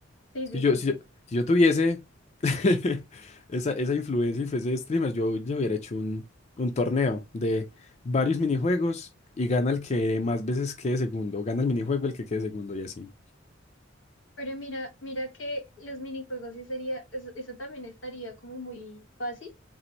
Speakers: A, on the left; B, on the left.
A: Sí,
B: Si
A: sí,
B: yo,
A: sí,
B: si
A: sí.
B: yo, si yo tuviese <laughs> Esa, esa influencia y fuese streamer, yo, yo hubiera hecho un, un torneo de varios minijuegos y gana el que más veces quede segundo, gana el minijuego el que quede segundo y así.
A: Pero mira, mira que los minijuegos sí sería, eso, eso también estaría como muy fácil